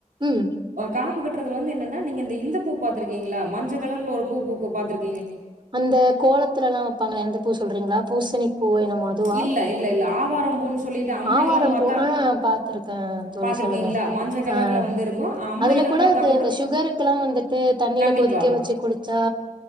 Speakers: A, on the right (about 35°); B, on the right (about 85°).
A: ம்
B: காப்பு கட்டுறது வந்து என்னன்ன நீங்க அந்த இந்த பூ பூ பாத்திருக்கீங்களா மஞ்சக் கலர்ல ஒரு பூ பூக்கு பாத்துருக்
A: அந்த கோலத்துலலா வப்பாங்களே அந்த பூ சொல்றீங்ளா பூசணி பூ என்னமோ அதுவா
B: இல்ல இல்ல இல்ல ஆவாரம் பூன்னு சொல்லிட்டு அம்மை
A: ஆவாரம்
B: எல்லா பாத்தா
A: பூ ஆ பாத்திருக் ஆ தோழி
B: பாத்துருக்கீங்களா
A: சொல்லுங்க
B: மஞ்ச கலர்ல
A: ஆ
B: வந்து இருக்கு அம்மை
A: அதுல
B: எல்லா
A: கூட
B: பாத்தா
A: அது இந்த சுகருக்குலா வந்துட்டு தண்ணில
B: கண்டிப்பா
A: கொதிக்க வச்சு குடுச் ஆ